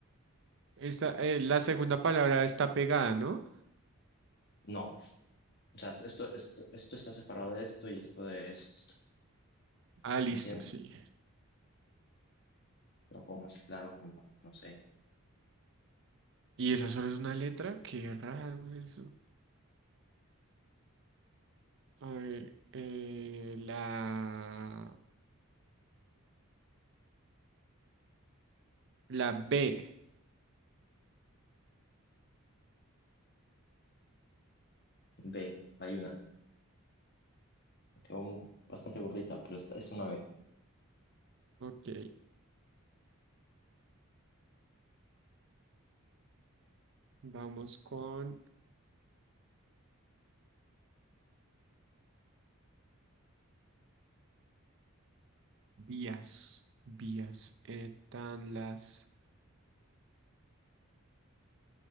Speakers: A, on the right; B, on the left.
A: Esta, eh, la segunda palabra está pegada, ¿no?
B: No, o sea, esto, esto, esto está separado de esto y esto de esto.
A: Ah,
B: ¿Se
A: listo,
B: entiende?
A: sí.
B: Lo hago más claro, como para, no sé.
A: ¿Y esa solo es una letra? Qué raro eso. A ver, eh, la, la B.
B: B, hay una. Quedó mu- bastante gordita, pero esta es una B.
A: Ok, vamos con Vías, vías, están las,